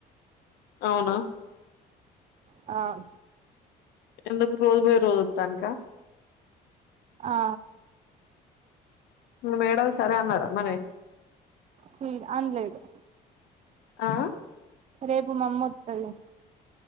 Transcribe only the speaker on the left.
అవునా.
ఎందుకు రోజు బోయ్ రోజు అత్తానీక.
మేడం సరే అన్నారా మరి.
అ ఆ.